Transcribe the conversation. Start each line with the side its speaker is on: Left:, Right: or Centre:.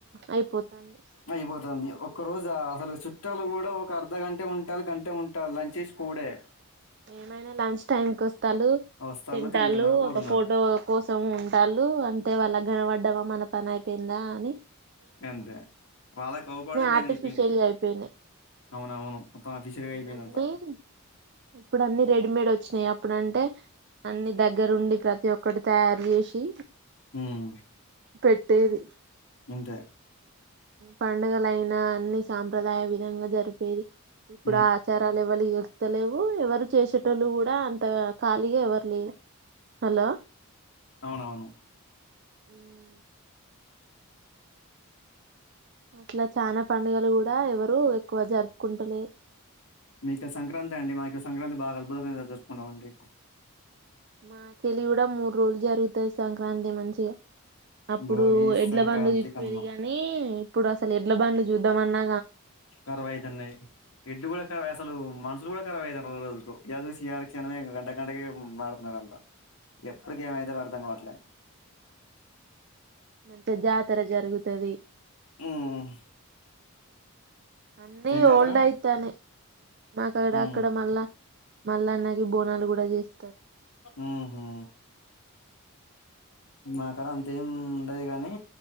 Right: అయిపోతంది
Left: అయిపోతుంది ఒక్క రోజా అసలు చుట్టాలు కూడా ఒక అర్ధ గంటే ఉంటాళ్లు గంటే ఉంటళ్లు లంచ్ చేసి పోవుడే
Right: ఏమైనా లంచ్ టైమ్ కుస్ త్తళ్ళు
Left: వస్తాళ్ళు
Right: తింటళ్లు
Left: తింటున్నారు పోతున్నారు
Right: ఒక ఫోటో కోసం ఉంటాలు అంతే వాళ్ళ నీలవడ్డమా మన పని అయిపోయింది దాని
Left: అంతే వాళ్ళకవపడం మెయిన్
Right: ఆర్టిఫిషియల్
Left: అయిపోయింది
Right: అయిపోయినాయి
Left: అవునవును మొత్తం అఫీషియల్ అయిపోయింది
Right: అన్ని
Left: అంత
Right: ఇప్పుడు అన్ని రెడీమేడ్ వచ్చినాయి అప్పుడు అంటే అన్ని దగ్గరుండి ప్రతి ఒక్కటి తయరుచేసీ
Left: ఉమ్
Right: పెట్టేది
Left: అంతే
Right: పండుగలయినా అన్ని సాంప్రదాయ విధంగా జరుప్ ఏది ఇప్పుడు
Left: ఉమ్
Right: ఆచారా ఎవలికి తెళ్తలేవు ఎవరు చేసేటోళ్ళు కూడా అంత ఖాళీగా ఎవరు లేరు హలో
Left: అవునవును.
Right: ఉమ్ అట్లా చానా పండుగలు కూడా ఎవరు. ఎక్కువ జరుపుకుంటలేరు
Left: మీక సంక్రాంతి అండి మాకు సంక్రాంతి బాగా అద్భుతంగా జరుపుకుంటాం అండి.
Right: మాకెళ్ళీ కూడా మూడు రోజులు జరుగుతాయి సంక్రాంతి మంచిగా అపుడు
Left: భోగి
Right: ఎడ్ల
Left: సంక్రాంతి
Right: బండ్లు తిప్పేది
Left: కనుమ
Right: గానీ ఇపుడు అసలు ఎడ్ల బండ్లు చూద్దాంమన్నా.
Left: కరవైతున్నాయి ఎడ్లు కూడా క అసలు మా కూడా కరాబ్ అ రోజుదో స క్షణమే గంట గంటకి మడుతున్నారు అంతా ఎప్పుడు ఏమి అయితే ఆడుతాం కాబట్లే
Right: మంచిగా జాతర జరుగుతది
Left: ఉమ్
Right: అన్నీ
Left: ఏం జాతర
Right: ఓల్డ్ అయితనై మాకాడ
Left: ఉమ్
Right: అక్కడ మళ్ళా మల్లన్నకి బోనాలు కూడా చేస్
Left: ఉహు మా కాడ అంత ఏం ఉండడు కాని